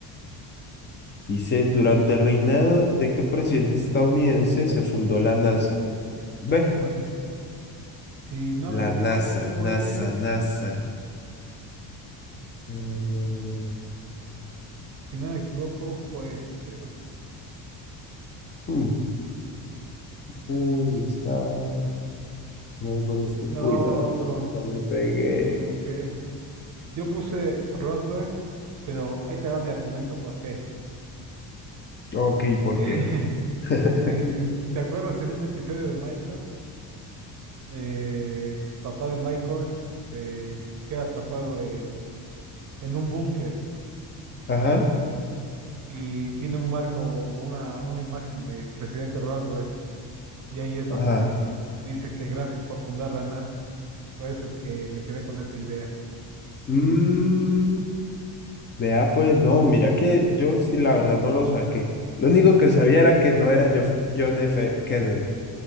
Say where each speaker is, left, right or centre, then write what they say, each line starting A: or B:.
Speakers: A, on the left (about 25°); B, on the right (about 45°).
A: Dice, durante el reinado de qué presidente estadounidense se fundó la NASA. B,
B: Oh, my- Si no me
A: la
B: equivoco,
A: NASA,
B: fue.
A: NASA, NASA. Mm,
B: Si no me equivoco, fue este.
A: mm, Uy, está. No por este.
B: No,
A: Uy, no.
B: bro,
A: No le pegué.
B: me equivoqué. Yo puse Rosberg, pero ahí te va mi argumento, ¿por qué?
A: Ok, ¿por
B: <laughs>
A: qué? <laughs>
B: Si, si, si te acuerdas, en un episodio de Michael, eh, papá de Michael se queda atrapado en, en un búnker
A: Ajá,
B: y tiene un marco, una, una imagen del presidente Rosberg, y ahí es donde
A: ajá.
B: dice que gracias por fundar la NASA. Por eso es que me quedé con esa idea.
A: Mm, Vea, pues no, mira que yo sí la verdad no lo saqué. Lo único que sabía era que no era Jof- John F. Kennedy.